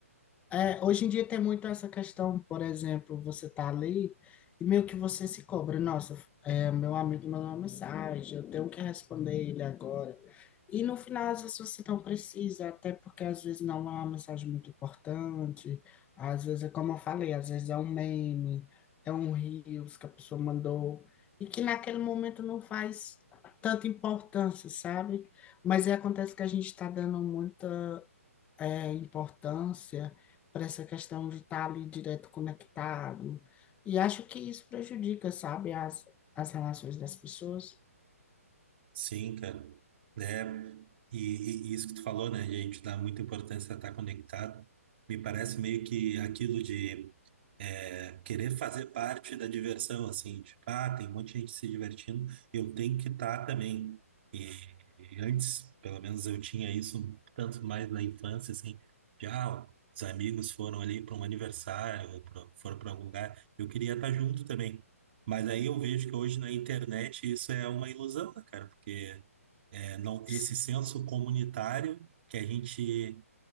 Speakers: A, on the left; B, on the right.
A: É, hoje em dia tem muito essa questão, por exemplo, você tá ali e meio que você se cobra, nossa, é, meu amigo mandou uma mensagem, eu tenho que responder ele agora. E no final, às vezes você não precisa, até porque às vezes não é uma mensagem muito importante, às vezes é como eu falei, às vezes é um meme, é um reels que a pessoa mandou, e que naquele momento não faz tanta importância, sabe? Mas aí acontece que a gente está dando muita é, importância para essa questão de estar ali direto conectado. E acho que isso prejudica, sabe, as, as relações das pessoas.
B: Sim, cara. É, e, e- e isso que tu falou, né, gente, dá muita importância a estar conectado. Me parece meio que aquilo de É, querer fazer parte da diversão, assim, tipo, ah, tem um monte de gente se divertindo, eu tenho que estar também. E, e antes, pelo menos eu tinha isso um tanto mais na infância, assim, de, ah, os amigos foram ali para um aniversário, ou pro- foram para algum lugar, eu queria estar junto também. Mas aí eu vejo que hoje na internet isso é uma ilusão, né, cara? Porque é, não, esse
A: S-
B: senso comunitário que a gente